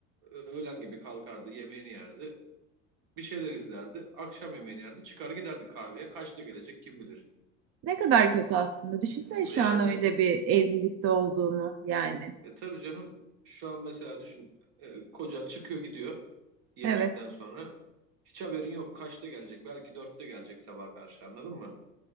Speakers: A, on the right; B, on the right.
A: e, öğlen gibi kalkardı, yemeğini yerdi. Bir şeyler izlerdi. Akşam yemeğini yerdi. Çıkar giderdi kahveye. Kaçta gelecek kim bilir.
B: Ne kadar kötü aslında. Düşünsene şu
A: Yani
B: an öyle bir evlilikte olduğunu yani.
A: e, tabii canım şu an mesela düşün e, kocan çıkıyor gidiyor yemekten
B: Evet.
A: sonra. Hiç haberin yok. Kaçta gelecek? Belki dörtte gelecek sabah karşı anladın mı?